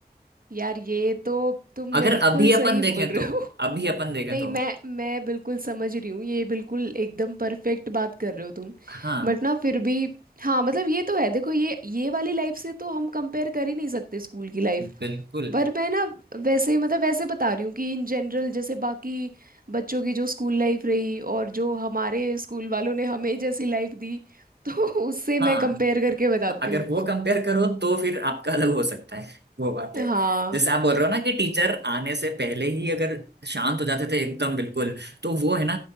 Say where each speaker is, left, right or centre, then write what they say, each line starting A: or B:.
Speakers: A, on the right (about 55°); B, on the right (about 80°).
A: यार ये तो तुम
B: अगर
A: बिल्कुल
B: अभी अपन
A: सही
B: देखें
A: बोल रहे
B: तो
A: हो
B: अभी अपन देखें
A: नहीं
B: तो
A: मैं मैं बिल्कुल समझ रही हूँ ये बिल्कुल एकदम परफेक्ट बात कर रहे हो तुम
B: हाँ
A: बट ना फिर भी हाँ मतलब ये तो है देखो ये ये वाली लाइफ से तो हम कंपेयर कर ही नहीं सकते स्कूल की लाइफ
B: बिल्कुल
A: पर मैं ना वैसे मतलब वैसे बता रही हूँ कि इन जनरल जैसे बाकी बच्चों की जो स्कूल लाइफ रही और जो हमारे स्कूल वालों ने हमें जैसी लाइफ दी तो <laughs> उससे
B: हाँ
A: मैं कंपेयर करके बताती
B: अगर
A: हूँ
B: वो कंपेयर करो तो फिर आपका अलग हो सकता है वो बात है
A: हाँ
B: जैसे आप बोल रहे हो ना कि टीचर आने से पहले ही अगर शांत हो जाते थे एकदम बिल्कुल तो वो है ना